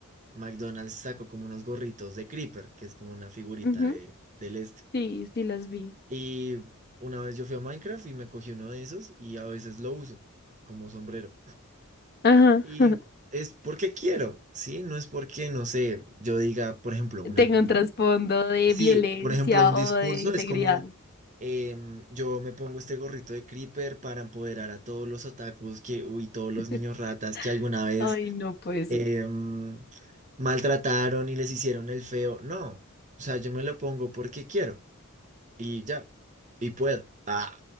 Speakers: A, on the right; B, on the left.
A: mm, McDonald's sacó como unos gorritos de Creeper, que es como una figurita
B: Ujú,
A: de, del este.
B: Sí, sí las vi.
A: Y una vez yo fui a Minecraft y me cogí uno de esos y a veces lo uso como sombrero.
B: Ajá.
A: Y
B: <laughs>
A: es porque quiero, ¿sí? No es porque, no sé, yo diga, por ejemplo, una...
B: Tengo
A: un-
B: un trasfondo de
A: Sí,
B: violencia
A: por ejemplo, un
B: o
A: discurso
B: de integridad.
A: es como... em, yo me pongo este gorrito de Creeper para empoderar a todos los otakus que, uy, todos
B: <laughs>
A: los niños ratas que alguna vez
B: Ay, no puede ser.
A: em, maltrataron y les hicieron el feo. No, o sea, yo me lo pongo porque quiero y ya, y puedo. <laughs> Ah,